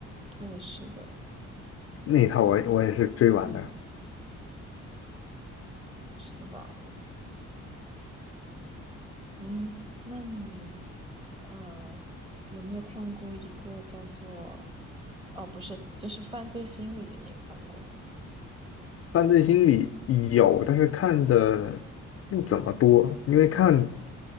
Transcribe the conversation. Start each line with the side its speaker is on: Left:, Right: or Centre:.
Right: 对，是的，
Left: 那一套我，我也是追完的。
Right: 是吧？嗯，那你呃有没有看过一个叫做哦，不是，就是《犯罪心理》，你看过吗？
Left: 犯罪心理有，但是看的不怎么多，因为看
Right: 嗯，